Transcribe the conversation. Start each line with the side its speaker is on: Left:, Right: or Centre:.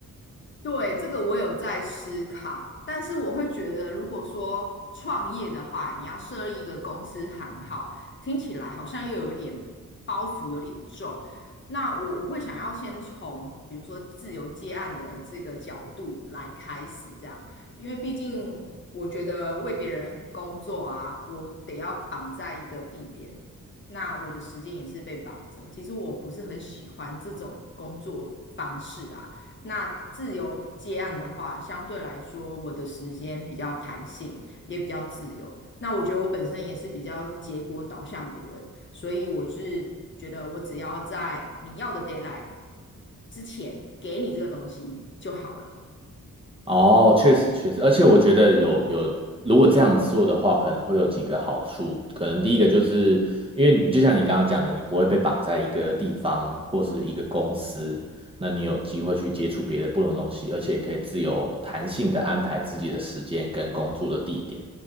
Left: 对，这个我有在思考，但是我会觉得，如果说创业的话，你要设立一个公司行号，听起来好像又有一点包袱，有点重。那我我会想要先从比如说自由接案的这个角度来开始，这样，因为毕竟我觉得为别人工作啊，我得要绑在一个地点，那我的时间也是被绑着。其实我不是很喜欢这种工作方式啦。那自由接案的话，相对来说我的时间比较弹性，也比较自由。那我觉得我本身也是比较结果导向的人，所以我是觉得我只要在你要的 deadline 之前给你这个东西就好了。
Right: 哦，确实确实，而且我觉得有有，如果这样做的话，可能会有几个好处。可能第一个就是，因为你就像你刚刚讲的，你不会被绑在一个地方或是一个公司，那你有机会去接触别的不同的东西，而且可以自由弹性的安排自己的时间跟工作的地点。